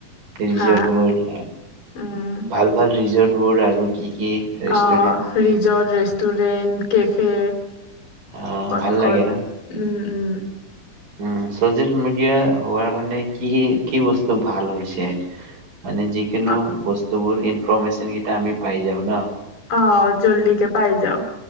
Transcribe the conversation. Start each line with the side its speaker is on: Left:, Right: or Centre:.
Right: ৰিজৰ্ট
Left: হা
Right: বোৰ
Left: উম
Right: ভাল ভাল ৰিজৰ্ট। বোৰ আৰু কি। কি ৰেষ্টুৰেণ্টবোৰ
Left: অ ৰিজট ৰেষ্ট। Restaurant cafe.
Right: অ',
Left: কত
Right: ভাল লাগে
Left: কত
Right: ন?
Left: উম। উম।
Right: উম চচিয়েল মিডিয়া হোৱাৰ কাৰণে কি কি বস্তু ভাল হৈছে? মানে যিকোনো
Left: অ
Right: বস্তুবোৰ। ইনফৰ্মেশচন কেইটা আমি পাই যাওঁ ন।
Left: অ জলদিকে পাই যাও,